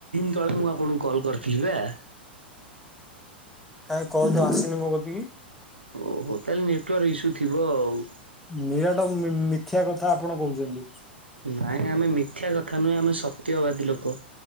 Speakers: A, on the right (about 80°); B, in the centre.
A: ସେତେବେଳେ ମୁଁ ଆପଣଙ୍କୁ କଲ୍ କରିଥିଲି ବା
B: କାହିଁ କଲ ତ ଆସନି ମୋ କତିକି
A: ଓହୋ ତାହେଲେ ନେଟୱାର୍କ ଇସ୍ୟୁ ଥିବ ଆଉ
B: ନିରାଟ ମିଥ୍ୟା କଥା ଆପଣ କହୁଛନ୍ତି
A: ନାଇଁ ଆମେ ମିଥ୍ୟା କଥା ନୁହେଁ ଆମେ ସତ୍ୟବାଦୀ ଲୋକ